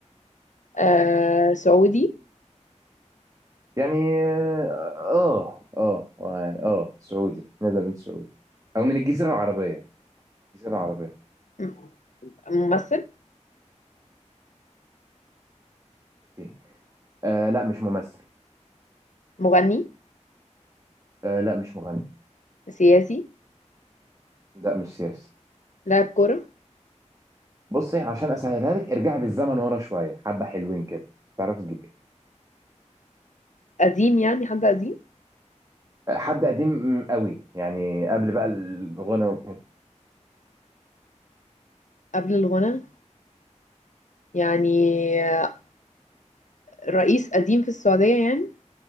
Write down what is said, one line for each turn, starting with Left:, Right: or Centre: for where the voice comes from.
Left: آه سعودي
Right: يعني اه اه آه، يعني اه سعودي نقدر نقول سعودي او من الجزيره العربيه الجزيره العربيه
Left: م- ممثل
Right: دي. آه لا مش ممثل
Left: مغني
Right: آه لا مش مغني
Left: سياسي
Right: لا مش سياسي
Left: لاعب كرة
Right: بصي عشان اسهلها لك ارجعي بالزمن ورا شويه حبه حلوين كده تعرف تجيبيه
Left: قديم يعني حد قديم
Right: آه، حد قديم قوي يعني قبل بقى الغنى وكده
Left: قبل الغنى يعني آه، رئيس قديم في السعودية يعني